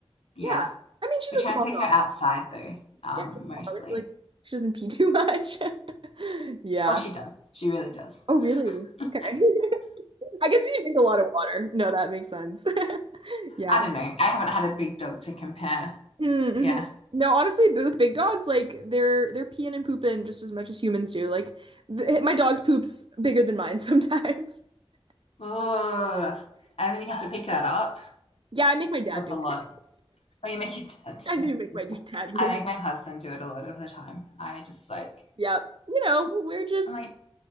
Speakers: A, on the left (about 85°); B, on the right (about 55°).
A: yeah,
B: Yeah. I mean, she's
A: we
B: a
A: try
B: small
A: and take
B: dog.
A: her outside though, um,
B: Yeah, she's
A: mostly.
B: small I feel like she doesn't pee too much. <laughs> Yeah.
A: Oh, she does. She really does.
B: Oh, really?
A: <laughs> She's,
B: Okay. <laughs> I guess we drink a lot of water. No, that makes sense. <laughs> Yeah.
A: I don't know. I haven't had a big dog to compare.
B: Mm-hmm.
A: Yeah.
B: No, honestly, b- with big dogs, like they're they're peeing and pooping just as much as humans do. Like th my dog's poop's bigger than mine sometimes. <laughs>
A: Ugh. And then you have to pick that up.
B: Yeah, I make my dad
A: That's
B: do it.
A: a lot. Oh, you make your dad do
B: <laughs> I do
A: it.
B: make my d- dad
A: I
B: do
A: make my husband do it a lot of the time. I just like,
B: Yeah, You know, we're just
A: I'm like,